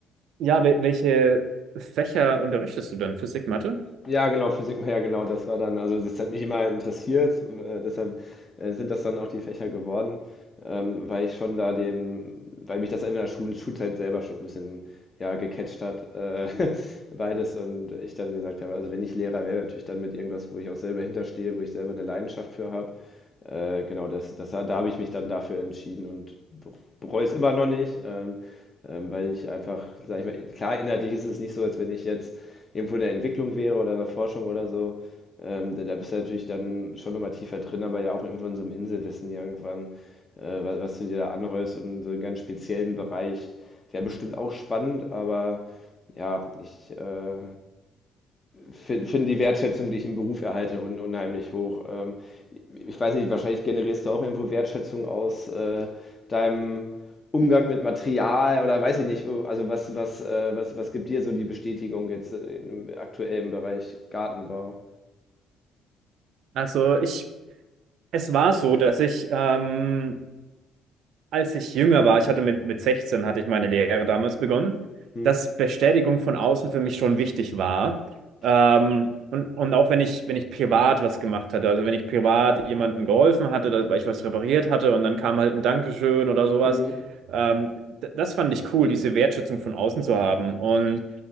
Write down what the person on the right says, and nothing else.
ja, wel welche Fächer unterrichtest du denn? Physik, Mathe?
Also ich Es war so, dass ich, ähm, als ich jünger war, ich hatte mit, mit 16, hatte ich meine Lehre damals begonnen,
dass Bestätigung von außen für mich schon wichtig war. Ähm, und, und auch wenn ich, wenn ich privat was gemacht hatte, also wenn ich privat jemandem geholfen hatte, da- weil ich was repariert hatte und dann kam halt ein Dankeschön oder sowas,
ähm, d- das fand ich cool, diese Wertschätzung von außen zu haben. Und